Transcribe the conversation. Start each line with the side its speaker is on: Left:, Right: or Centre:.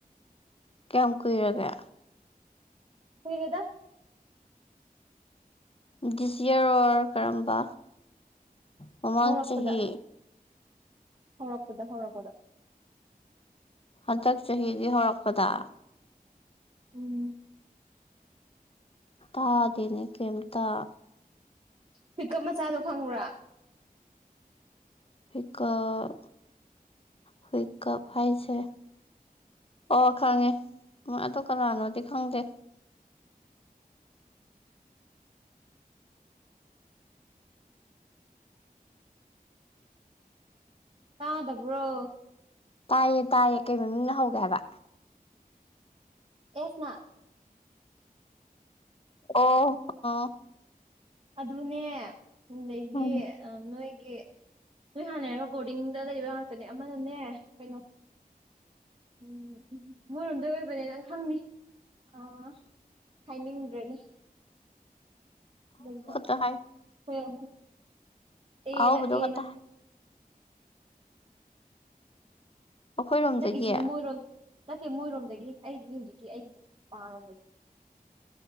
Left: ꯀꯌꯥꯝ ꯀꯨꯏꯔꯒꯦ
Right: ꯀꯨꯏꯔꯦꯗ
Left: ꯗꯤꯁ ꯌꯔ ꯑꯣꯔ ꯀꯔꯝꯕ ꯃꯃꯥꯡ
Right: ꯍꯧꯔꯛꯄꯗ
Left: ꯆꯍꯤ
Right: ꯍꯧꯔꯛꯄꯗ ꯍꯧꯔꯛꯄꯗ
Left: ꯍꯟꯗꯛ ꯆꯍꯤꯒꯤ ꯍꯧꯔꯛꯄꯗ
Right: ꯎꯝ
Left: ꯇꯥꯗꯦꯅꯦ ꯀꯤꯝꯇ
Right: ꯍꯨꯢꯀꯞ ꯃꯆꯥꯗꯣ ꯈꯪꯕ꯭ꯔꯥ
Left: ꯍꯨꯢꯀꯞ ꯍꯨꯢꯀꯞ ꯍꯥꯏꯁꯦ ꯑꯣ ꯈꯪꯉꯦ <unintelligible> ꯀꯅꯥꯅꯣꯗꯤ ꯈꯪꯗꯦ
Right: ꯇꯥꯗꯕ꯭ꯔꯣ
Left: ꯇꯥꯏꯌꯦ ꯇꯥꯏꯌꯦ ꯀꯩ ꯃꯃꯤꯡꯅ ꯍꯧꯒꯦ ꯍꯥꯏꯕ
Right: ꯑꯦꯁꯅ
Left: ꯑꯣ ꯑꫭ
Right: ꯑꯗꯨꯅꯦ <unintelligible> ꯗꯩꯗꯤ
Left: ꯎꯝ
Right: ꯅꯣꯏꯒꯤ ꯅꯣꯏ ꯍꯥꯟꯅꯩ ꯑꯃ ꯕꯣꯔꯗꯤꯡꯗ ꯂꯩꯕ ꯉꯥꯛꯇꯅꯦ ꯑꯃꯅꯅꯦ ꯀꯩꯅꯣ ꯎꯝ ꯎꯝ ꯃꯣꯏꯔꯣꯝꯗꯩ ꯑꯣꯏꯕꯅꯦ ꯅꯪ ꯈꯪꯅꯤ ꯑꯥ ꯍꯥꯏꯅꯤꯡꯗ꯭ꯔꯦꯅꯦ <unintelligible>
Left: ꯥ <unintelligible>
Right: <unintelligible> ꯑꯦꯅ
Left: ꯑꯍꯧꯕꯗꯣ
Right: ꯑꯦꯅ
Left: ꯈꯇ ꯑꯩꯈꯣꯏꯔꯣꯝꯗꯒꯤ
Right: ꯍꯟꯗꯛꯀꯤꯁꯤꯅ ꯃꯣꯏꯔꯣꯝ ꯅꯠꯇꯦ ꯃꯣꯏꯔꯣꯝꯗꯒꯤ ꯑꯩꯒꯤ ꯍꯧꯖꯤꯛꯀꯤ ꯑꯩꯒꯤ <unintelligible> ꯔꯣꯝꯗꯒꯤ